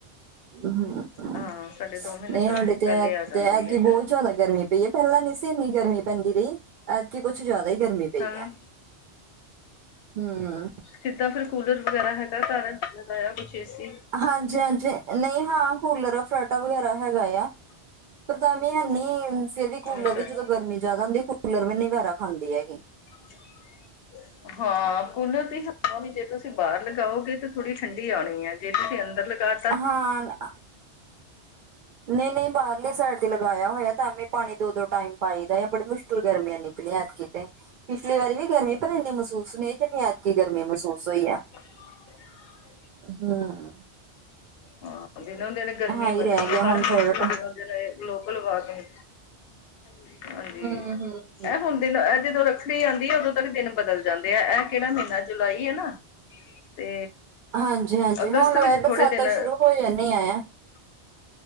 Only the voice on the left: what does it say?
ਹਾਂ ਸਾਡੇ ਦੋ ਮੀਨੇ
ਪੈਲੇ
ਪੈਲੇ
ਆ ਜਾਂਦੀ
ਏ
ਗਰਮੀ
ਹਾਂ
ਕਿੱਦਾਂ ਫਿਰ ਕੂਲਰ ਵਗੈਰਾ ਹੈਗਾ ਕੱਰ ਲਗਿਆ ਕੁਛ ਏਸੀ
ਹਾਂ ਚਲ
<inaudible> ਹਾਂ, ਕੂਲਰ ਦੀ ਹਵਾ ਵੀ ਜੇ ਤੁਸੀਂ ਬਾਹਰ ਲਗਾਓਗੇ ਤਾਂ ਥੋੜੀ ਠੰਢੀ ਆਣੀ ਐ ਜੇ ਤੁਸੀਂ ਅੰਦਰ ਲਗਾ
<unintelligible>
ਹਾਂ ਦਿਨੋ-ਦਿਨ ਗਰਮੀ
ਵਧਨੀ
ਹਰ
ਮੌਸਮ
ਦਿਨੋ-ਦਿਨ ਗਲੋਬਲ ਵਾਰਮਿੰਗ <unintelligible> ਹਾਂਜੀ
ਐ ਹੁਣ ਦਿਨ ਐ ਜਦੋਂ ਰੱਖੜੀ ਆਂਦੀ ਐ ਓਦੋਂ ਤੱਕ ਦਿਨ ਬਦਲ ਜਾਂਦੇ ਐ ਐ ਕੇੜਾ ਮੀਨਾ ਜੁਲਾਈ ਏ ਨਾ ਤੇ
ਅਗਸਤ
ਵਿੱਚ
ਥੋੜੇ ਦਿਨ